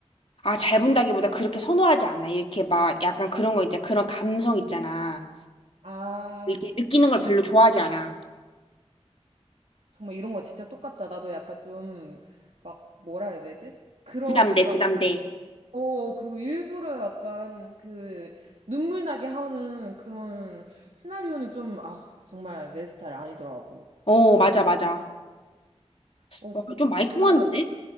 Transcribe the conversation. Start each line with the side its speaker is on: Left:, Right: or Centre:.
Left: 아, 잘 본다기보다 그렇게 선호하지 않아. 이렇게 막 약간 그런 거 있잖아. 그런 감성 있잖아.
Right: 아,
Left: 이렇게 느끼는 걸 별로 좋아하지 않아.
Right: 정말 이런 거 진짜 똑같다. 나도 약간 좀, 막, 뭐라 해야 되지? 그렇게
Left: 부담돼,
Right: 막,
Left: 부담돼.
Right: 어, 그리고 일부러 약간 그, 눈물 나게 하는 그런 시나리오는 좀, 아, 정말 내 스타일 아니더라고.
Left: 어, 맞아, 맞아.
Right: 어,
Left: 와,
Right: 근데
Left: 좀 많이
Right: 진짜,
Left: 통하는데?